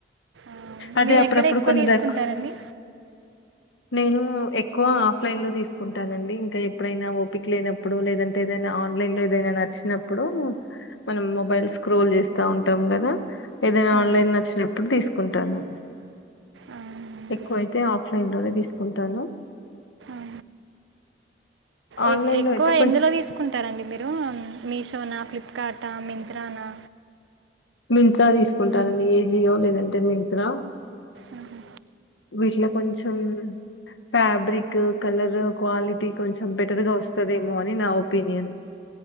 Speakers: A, on the right (about 85°); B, on the left (about 85°).
A: ఆమ్
B: అదే
A: మీరేక్కడ
B: అప్పుడప్పుడు
A: ఎక్కువ
B: కొన్ని
A: తీసుకుంటారండి?
B: రక్ నేను ఎక్కువ ఆఫ్లైన్ లో తీసుకుంటానండి. ఇంకా ఎప్పుడైనా ఓపిక్ లేనప్పుడు, లేదంటే ఏదైనా ఆన్లైన్ లో ఏదైనా నచ్చినప్పుడు, మనం మొబైల్ స్క్రోల్ చేస్తా ఉంటాం కదా. ఏదైనా
A: ఆ,
B: ఆన్లైన్ నచ్చినప్పుడు తీసుకుంటాను.
A: ఆ,
B: ఎక్కువైతే ఆఫ్లైన్ లోనే తీసుకుంటాను.
A: ఆ
B: ఆన్‌లైన్‌లో
A: ఏక్ ఎక్కువ
B: అయితే కొంచెం
A: ఎందులో తీసుకుంటారంండి? మీరు మీషో, నాఫ్ ఫ్లిప్కార్టా, మింత్రానా?
B: మింత్రా, తీసుకుంటానండి. ఏ. జి. యో లేదంటే మింత్రా.
A: ఆహ
B: వీట్లో కొంచం ఫ్యాబ్రిక్, కలర్, క్వాలిటీ కొంచెం బెటర్ గా వస్తదేమో అని. నా ఒపీనియన్